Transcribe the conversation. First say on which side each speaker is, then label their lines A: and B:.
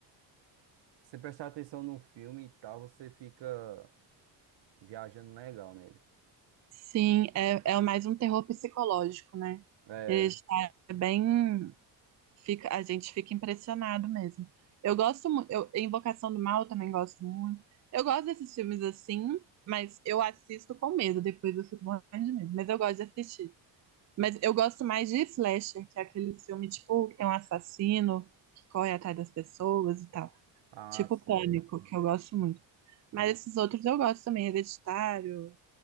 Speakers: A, on the right; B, on the right.
A: se você prestar atenção no filme e tal, você fica viajando legal nele.
B: sim, é, é mais um terror psicológico, né?
A: É,
B: Ele já é bem. Fica, a gente fica impressionado mesmo. Eu gosto muito. Eu, Invocação do Mal eu também gosto muito. Eu gosto desses filmes assim, mas eu assisto com medo. Depois eu fico morrendo de medo. Mas eu gosto de assistir. Mas eu gosto mais de Slasher, que é aquele filme, tipo, que tem um assassino que corre atrás das pessoas e tal.
A: ah,
B: Tipo
A: sei.
B: Pânico, que eu gosto muito.
A: Pronto,
B: Mas esses outros eu gosto também, Hereditário.